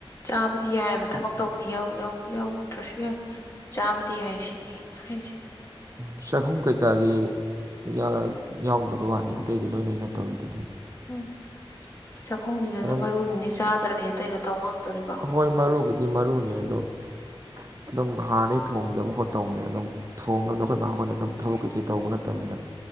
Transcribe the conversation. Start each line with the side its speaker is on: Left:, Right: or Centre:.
Left: ꯆꯥꯕꯗꯤ ꯌꯥꯏꯌꯦꯕ ꯊꯕꯛ ꯇꯧꯕꯗꯤ ꯌꯥꯎ ꯌꯥꯎ ꯌꯥꯎꯗ꯭ꯔꯁꯨ ꯌꯥꯏ ꯆꯥꯕꯗꯤ ꯌꯥꯏ ꯁꯤꯅꯤ ꯍꯥꯏꯁꯦ
Right: ꯎꯝ ꯆꯥꯛꯈꯨꯝ ꯀꯩꯀꯥꯒꯤ ꯌꯥ ꯌꯥꯎꯗꯕ ꯋꯥꯅꯤ ꯑꯇꯩꯗꯤ ꯂꯣꯏꯅ ꯑꯩꯅ ꯇꯧꯔꯤꯗꯨꯗꯤ
Left: <unintelligible> ꯆꯥꯛꯈꯨꯝꯒꯤꯗꯨꯅ
Right: ꯑꯗꯨꯝ
Left: ꯃꯔꯨꯅꯤꯅꯦ ꯆꯥꯗ꯭ꯔꯗꯤ ꯑꯇꯩꯗꯣ ꯇꯧ ꯉꯝꯗꯣꯔꯤꯕꯣ
Right: ꯍꯣꯏ ꯃꯔꯨꯕꯨꯗꯤ ꯃꯔꯨꯅꯦ ꯑꯗꯣ ꯑꯗꯨꯝ ꯍꯥꯟꯅꯗꯩ ꯊꯣꯡꯗꯕ ꯈꯣꯠ ꯇꯧꯕꯅꯤꯅ ꯑꯗꯨꯝ ꯊꯣꯡꯅꯕꯗ ꯑꯈꯣꯏ ꯃꯥ ꯍꯣꯢꯅ ꯑꯗꯨꯝ ꯊꯕꯛ ꯀꯩ ꯀꯩ ꯇꯧꯕ ꯅꯠꯇꯝꯃꯤꯅ